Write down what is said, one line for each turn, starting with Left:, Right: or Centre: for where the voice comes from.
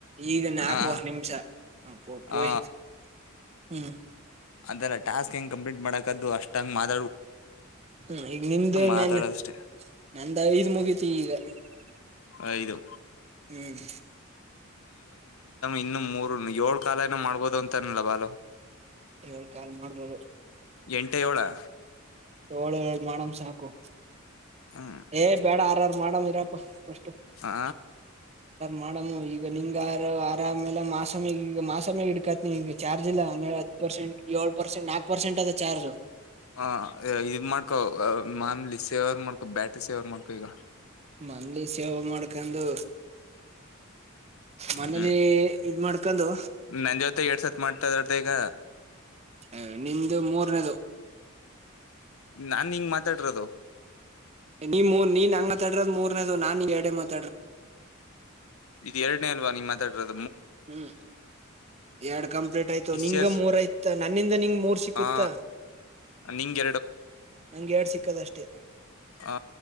Right: ಈಗ ನಾಲ್ಕುವರ್
Left: ಆ
Right: ನಿಮಿಷ ಹ ಪಪಯಿ
Left: ಆ
Right: <unintelligible> ಹ್ಮ
Left: ಅದಲ್ಲ ಟಾಸ್ಕ್ ಹೆಂಗ್ ಕಂಪ್ಲೀಟ್ ಮಾಡಕದದು ಅಷ್ಟ ಹಂಗ್ <unintelligible>
Right: ಹ್ಮ ಈಗ ನಿಂದ
Left: ಮಾತಾಡೋದಷ್ಟೇ
Right: ನನ್ ನಂದ ಇದ್ ಮುಗತಿ ಈಗ <unintelligible>
Left: ಇಐದು
Right: ಹ್ಮ್
Left: ಇನ್ನು ಮೂರು ಏಳ್ು ಕಾಲಏನ ಮಾಡ್ಬೋದು ಅಂತನಲ್ಲ ಬಾಲು
Right: ಏಳ್ ಕಾಲ್ ಮಾಡ್ಬೋದು
Left: ಎಂಟ ಯೋಳಾ?
Right: ಯೋಳೆ ಹೇಳ್ ಮಾಡಮ್ ಸಾಕು.
Left: ಹ್ಮ್
Right: ಏ ಬೇಡ ಆರಾರ್ ಮಾಡಣರಿಪ್ <unintelligible>
Left: ಆ
Right: ಮಾಡ ಹ್ಮ್ ಈಗ ನಿಂಗಾರು ಆರ್ ಆಮೇಲೆ ಮಾಸಮಿಗೀಗ ಮಾಸಮಿಗ್ ಹಿಡ್ಕತೀನಿಲ್ಲಿ. ಚಾರ್ಜ್ ಇಲ್ಲ ಆಮೇಲ್ ಹತ್ ಪರ್ಸೆಂಟ್ ಯೋಳ್ ಪರ್ಸೆಂಟ್ ನಾಕ್ ಪರ್ಸೆಂಟ್ ಅದ ಚಾರ್ಜ್.
Left: ಹಾಂ ಇದ್ ಮಾಡ್ಕೋ ಮಾಮೂಲಿ ಸೇವರ್ ಮಾಡ್ಕೊ ಬ್ಯಾಟ್ರಿ ಸೇವರ್ ಮಾಡ್ಕೊ ಈಗ.
Right: ಮಂಡ್ಲಿ ಸೇವ್ ಮಾಡ್ಕೊಂದು ಮನೇಲಿ
Left: ಹ್ಮ್
Right: ಇದ್ ಮಾಡ್ಕೊಂಡು
Left: ನನ್ ಜೊತೆ ಎರಡ್ ಸತ್ ಮಾತಾಡ್ದೆ ಈಗ.
Right: ಏ ನಿಮ್ದು ಮೂರನೇದು.
Left: ನಾನ್ ನಿಂಗ್ ಮಾತಾಡಿರೋದು.
Right: ನೀ ಮೊ ನೀನ್ ಹಂಗ್ ತಡ್ರದ ಮೂ ನಾ ನಿಗ್ ಎಡೆ ಮದ್
Left: ಇದ್ ಎರ್ಡನೇ ಅಲ್ವಾ ನಿಮ್ಮ್ತ್ತೆ ಮಾತಾಡ್ರೋದು
Right: ಹ್ಮ್ ಎರ್ಡ್ ಕಂಪ್ಲೀಟ್ ಆಯ್ತು
Left: ಇಸ್ಯರ್ಸ್
Right: ನಿಂಗ ಮೂರ್ ಆಯ್ತ ನನ್ನಿಂದ ನಿಂಗ ಮೂರ್ ಸಿಕ್ಕುತ್ತಾ
Left: ಆ ನಿಂಗ್
Right: ನಂಗ್ ಎರ್ಡ್ ಸಿ ಕದಷ್ಟೇ
Left: ಹ